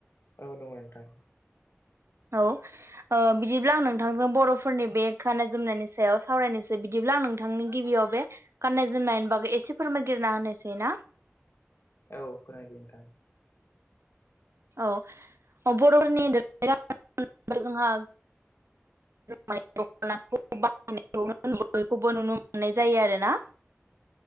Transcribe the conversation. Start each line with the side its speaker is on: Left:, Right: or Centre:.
Left: औ दङ नोंथां
Right: औ ओ बिदिब्ला आं नोंथांजों बर'फोरनि बे खाननाय जोमनायनि सायाव सावरायनोसै बिदिब्ला आं नोंथांनि गिबियाव बे गाननाय जोमनायनि बागै एसे फोरमागिरना होनोसै ना
Left: औ फोरमायदो नोंथां
Right: औ बर'फोरनि <unintelligible> जोंहा <unintelligible> दखनाखौ बाहायनाय बयखौबो नुनो मोननाय जायो आरोना